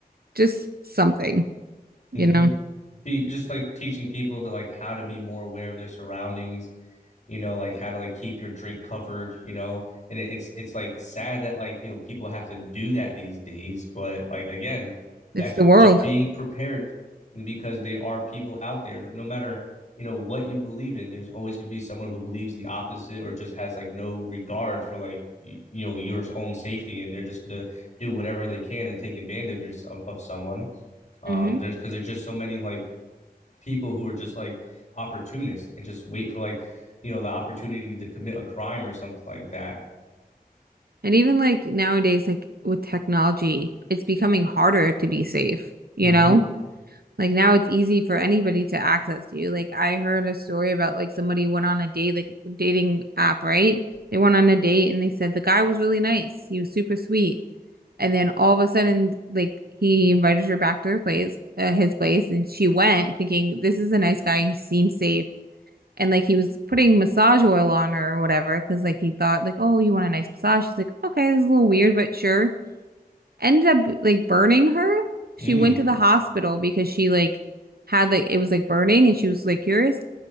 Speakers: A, on the right; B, on the left.
A: just something, you
B: Mm-hmm.
A: know.
B: be just like teaching people to like how to be more aware of their surroundings you know like how to like keep your drink covered you know and it, it's it's like sad that like you know people have to do that these days but like again
A: It's
B: that's
A: the world.
B: just being prepared because there are people out there no, no matter you know what you believe in there's always going to be someone who believes the opposite or just has like no regard for like you know your own safety and they're just going to do whatever they can to take advantage of, of someone um
A: hmm
B: there's because there's just so many like people who are just like opportunists and just wait for like you know the opportunity to commit a crime or something like that.
A: And even like nowadays, like with technology, it's becoming harder to be safe, you
B: Mm-hmm.
A: know? Like now it's easy for anybody to access you. Like I heard a story about like somebody went on a date, like a dating app, right? They went on a date and they said the guy was really nice. He was super sweet. And then all of a sudden, like he invited her back to her place, uh, his place, and she went thinking this is a nice guy. He seems safe. And like he was putting massage oil on her or whatever, because like he thought like, oh, you want a nice massage? She's like, okay, this is a little weird, but sure ended up like burning her. She
B: Mm.
A: went to the hospital because she like had like it was like burning and she was like curious,